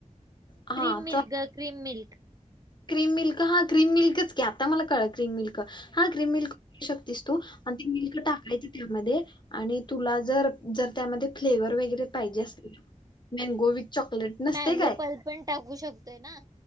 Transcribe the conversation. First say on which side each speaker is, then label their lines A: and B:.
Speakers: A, on the left; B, on the right.
A: हा
B: क्रीम मिल्क ग! Cream milk.
A: क्रीम मिल्क हा, क्रीम मिल्कच घ्या आता मला कळल क्रीम मिल्क, हा ग्रीम मिल्क शकतेस तू आणि ते मिल्क टाकायचं त्यामध्ये. आणि तुला जर जर त्यामध्ये फ्लेवर वगैरे पाहिजे असतील मँगो व चॉकलेट, नसते
B: मँगो
A: काय
B: पल पण टाकू शकतोय ना?